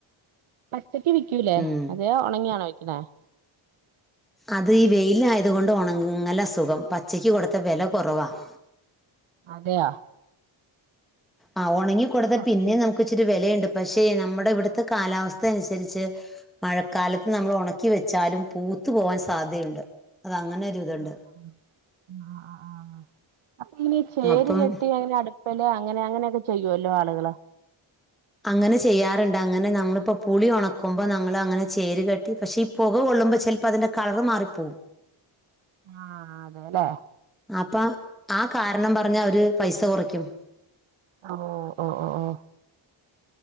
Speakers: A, on the right; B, in the centre.
A: പച്ചക്ക് വിക്കൂല്ലേ
B: ഉം
A: അത ഉണങ്ങിയണോ വെക്കണേ
B: അത് ഈ വെയിലായതുക കൊണ്ട് ഉണങ്ങൽ അസുഖം പച്ചയ്ക്ക് കൊടുത്ത വില കുറവാ <inaudible>
A: അതെയാ
B: ആ ഉണങ്ങി കൊടുത്താൽ
A: പറ്റി
B: പിന്നെ നമുക്ക് ഇച്ചിരി വിലയുണ്ട് പക്ഷേ നമ്മുടെ ഇവിടുത്തെ കാലാവസ്ഥ അനുസരിച്ച് മഴക്കാലത്ത് നമ്മൾ ഉണക്കി വെച്ചാലും പൂ ത്തുപോകാന് സാധ്യതയുണ്ട് അത് അങ്ങനെ
A: ആ
B: ഒരു ഇതുണ്ട്
A: ആ ആ അപ്പൊ ഇനി ചേരി
B: അപ്പം
A: ചെട്ടി അങ്ങനെ <unintelligible> അടുപ്പല് അങ്ങനെ അങ്ങനെയൊക്കെ ചെയ്യുവല്ലോ ആളുകള്
B: അങ്ങനെ ചെയ്യാറുണ്ട് അങ്ങനെ നമ്മളിപ്പോ പുളി ഉണക്കുമ്പോ നങ്ങൾ അങ്ങനെ ചേരു കെട്ടി പക്ഷെ പുക കൊ കൊള്ളുമ്പ ചിലപ്പോ അതിന്റെ കളർ മാറിപ്പോവും
A: ആഹ അതെല്ലേ
B: അപ്പൊ ആ കാരണം പറഞ്ഞാ അവര് പൈസ കുറയ്ക്കും
A: ഓ ഓ ഓ ഓ ഓ